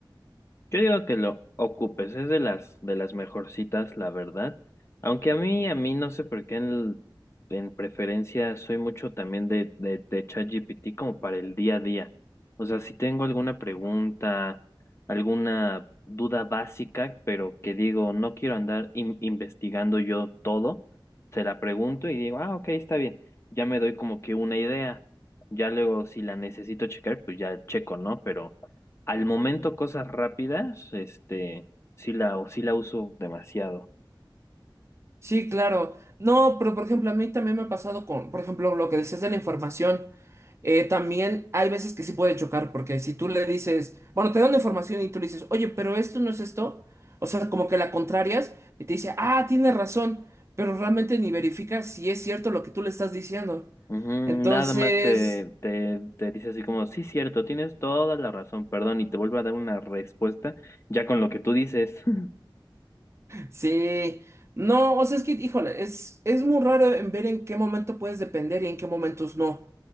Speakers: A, on the left; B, on the right.
A: Yo digo que lo ocupes, es de las de las mejorcitas, la verdad. Aunque a mí, a mí no sé por qué en, en preferencia soy mucho también de, de, de ChatGPT como para el día a día. O sea, si tengo alguna pregunta, alguna duda básica, pero que digo, no quiero andar in- investigando yo todo, se la pregunto y digo, ah, ok, está bien. Ya me doy como que una idea. Ya luego, si la necesito checar, pues ya checo, ¿no? Pero al momento, cosas rápidas, este, sí la, sí la uso demasiado.
B: Sí, claro. No, pero por ejemplo, a mí también me ha pasado con, por ejemplo, lo que decías de la información. Eh, también hay veces que sí puede chocar, porque si tú le dices, bueno, te dan la información y tú le dices, oye, pero esto no es esto, o sea, como que la contrarias y te dice, ah, tienes razón, pero realmente ni verifica si es cierto lo que tú le estás diciendo.
A: Ujú,
B: Entonces,
A: Nada más te, te, te dice así como, sí, cierto, tienes toda la razón, perdón, y te vuelve a dar una respuesta ya con lo que tú dices. <laughs>
B: sí, no, o sea, es que, híjole, es, es muy raro en ver en qué momento puedes depender y en qué momentos no.